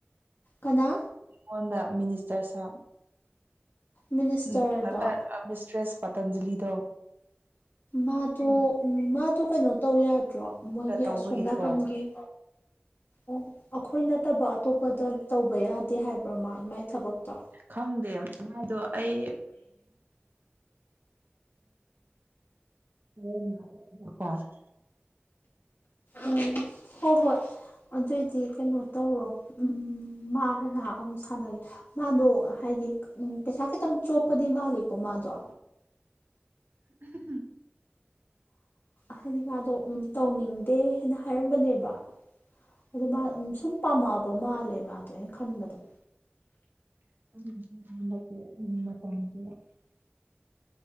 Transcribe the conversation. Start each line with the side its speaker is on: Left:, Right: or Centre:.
Left: ꯀꯅꯥ
Right: ꯑꯩꯉꯣꯟꯗ ꯃꯤꯅꯤꯁꯇꯔ ꯁꯥꯍꯥꯕ
Left: ꯃꯤꯅꯤꯁꯇꯔꯗꯣ
Right: ꯎꯝ ꯄꯔꯇꯔ ꯃꯤꯁꯇ꯭ꯔꯦꯁ ꯄꯇꯟꯖꯂꯤꯗꯣ
Left: ꯃꯥꯗꯣ
Right: ꯑꯩꯅ
Left: ꯎꯝ ꯃꯥꯗꯣ ꯀꯩꯅꯣ ꯇꯧ ꯌꯥꯗ꯭ꯔꯣ ꯎ ꯃꯣꯏꯒꯤ
Right: ꯇꯧꯕꯒꯤꯀꯣ
Left: ꯑꯁꯣꯝ ꯅꯀꯟꯒꯤ ꯎ ꯑꯈꯣꯏ ꯅꯠꯇꯕ ꯑꯇꯣꯞꯄ ꯇꯣ ꯇꯧꯕ ꯌꯥꯗꯦ ꯍꯥꯏꯕ꯭ꯔꯥ ꯃꯥ ꯃꯥꯏ ꯊꯕꯛꯇꯣ
Right: ꯈꯪꯗꯦ ꯃꯥꯗꯣ ꯑꯩ ꯎꯝ <unintelligible>
Left: ꯎꯝ ꯍꯣ ꯍꯣꯏ ꯑꯗꯨꯏꯗꯤ ꯀꯩꯅꯣ ꯇꯧꯔꯣ ꯎꯝ ꯃꯥꯒ ꯉꯍꯥꯛ ꯑꯃꯨꯛ ꯁꯥꯟꯅꯔ ꯃꯥꯗꯣ ꯍꯥꯏꯗꯤ ꯎꯝ ꯄꯩꯁꯥ ꯈꯤꯇꯪ ꯆꯣꯞꯄꯗꯤ ꯃꯥꯜꯂꯤꯀꯣ ꯃꯥꯗꯣ
Right: <unintelligible>
Left: ꯍꯥꯏꯗꯤ ꯃꯥꯗꯣ ꯎꯝ ꯇꯧꯅꯤꯡꯗꯦ ꯍꯦꯅ ꯍꯥꯏꯔꯝꯕꯅꯦꯕ ꯑꯗꯨ ꯃꯥ ꯎꯝꯁꯨꯝ ꯄꯥꯝꯃꯛꯑꯕ ꯃꯥꯜꯂꯦ ꯃꯥꯗꯣ ꯑꯩꯅ ꯈꯟꯕꯗ
Right: <unintelligible>